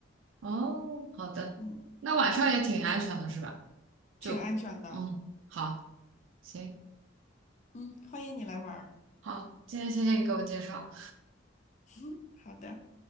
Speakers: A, on the right (about 75°); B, on the left (about 35°).
A: 哦，好的，
B: 嗯，
A: 那晚上也挺安全的是吧？
B: 挺安全的，
A: 就嗯，好，行，
B: 嗯，欢迎你来玩
A: 好，今天谢谢你给我介绍。
B: 嗯，好的。